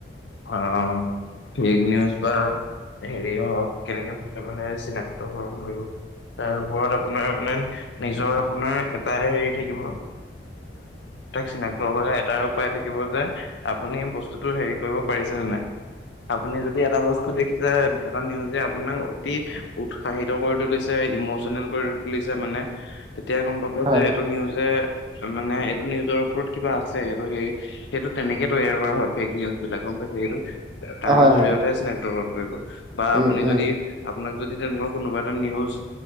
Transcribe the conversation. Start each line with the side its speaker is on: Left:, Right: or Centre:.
Left: অ নি বা হ হ কেনেকেে চিনাক্ত কৰিব তাৰ ওপৰত আপোনাৰ মানে নিজৰ আপোনাৰ এটা হেৰি থাকিব চিনাক্ত এটা উপায় থাকিব যে আপুনি বস্তুটো হে কৰিব পাৰিছে নাই আপুনি যদি এটা বস্তু দেখিছে এটা নিউজে আপোনাক অতি উৎসাহিত কৰি তুলিছে ইমচনেল কৰি তুলিছে মানে তেতিয় গম পাব
Right: হয়
Left: যে এইটো নিউজে মানে এইটো নিউজৰ ওপৰত কিবা আছে সটো সে সেইটো তেনেকে তৈয়াৰ কৰা হয় ফেক নিউজ বিলাক গম পাইছে সেইটো তাৰো
Right: হয়
Left: জৰিয়তেে
Right: হয়
Left: আ নেি অণ কৰিব । বা
Right: উম
Left: আপুনি
Right: উম
Left: যদি আপোনাক যদি তেনেকুৱা কোনোবা এটা নিউজ